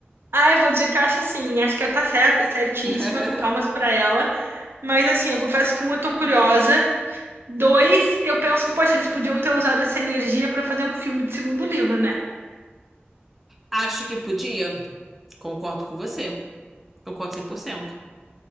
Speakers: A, on the right; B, in the centre.
A: Ah, eu vou dizer que eu acho assim, acho que ela tá certa, certíssima,
B: <laughs>
A: palmas pra ela. Mas assim, eu confesso que um, eu tô curiosa. Dois, eu penso que, poxa, eles podiam ter usado essa energia pra fazer um filme de segundo livro, né?
B: Acho que podia. Concordo com você. Concordo 100%.